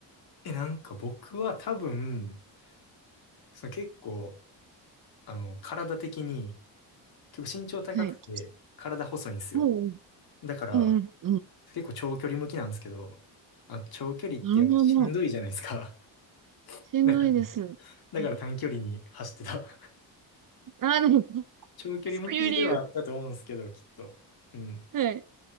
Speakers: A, on the left; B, on the right.
A: え、なんか僕は多分、その結構、あの、体的に、結構身長高くて、
B: はい。
A: 体細いんですよ。
B: おう
A: だから、
B: うん、うん。
A: 結構長距離向きなんですけど、あ、長距離ってやっぱしんどいじゃないですか。
B: なるほど。
A: <laughs>
B: しんどいです。
A: だから、だから短距離に走ってた。
B: え
A: <laughs>
B: あー、でも、
A: 長距離向きではあったと思うんですけど、
B: そういう理由。
A: きっと。うん。
B: はい。